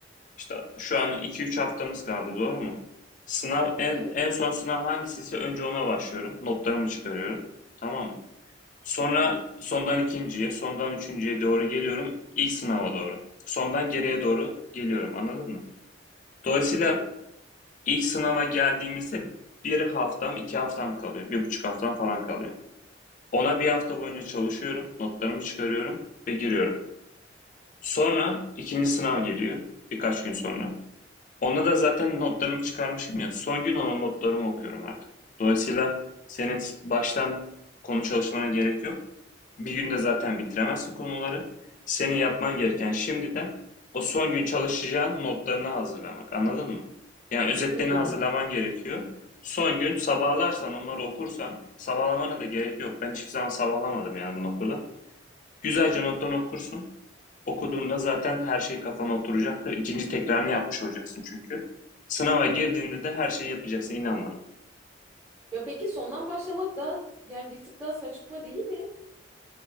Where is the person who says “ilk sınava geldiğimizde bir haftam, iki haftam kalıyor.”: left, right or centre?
Left